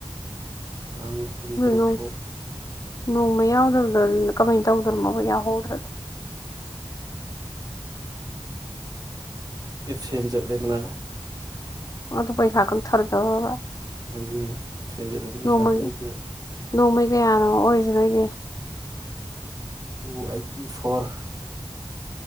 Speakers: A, on the right; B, on the left.
A: ꯇꯥꯡ ꯀꯨꯟꯇꯔꯨꯛ
B: ꯅꯣꯡ
A: ꯐꯧ
B: ꯅꯣꯡꯃ ꯌꯥꯎꯗꯕꯗꯗꯤ ꯀꯃꯥꯏꯅ ꯇꯧꯗꯣꯏꯃꯣꯕ ꯌꯥꯎꯍꯧꯗ꯭ꯔꯗꯤ
A: ꯑꯦꯞꯁꯦꯟ ꯆꯠꯂꯦꯗꯅ
B: ꯑꯗꯨ ꯄꯩꯁꯥ ꯀ ꯊꯔꯗꯕꯕ
A: ꯍꯣꯏꯅꯦ ꯑꯦꯞꯁꯦꯟ ꯆꯠꯂꯗꯤ ꯄꯩꯁꯥ
B: ꯅꯣꯡꯃ
A: ꯐꯪꯈꯤꯗ꯭ꯔꯥ
B: ꯅꯣꯡꯃꯩ ꯀꯌꯥꯅꯣ ꯑꯣꯏꯔꯤꯁꯤ ꯅꯣꯏꯒꯤ
A: ꯇꯨ ꯑꯩꯠꯇꯤ ꯐꯣꯔ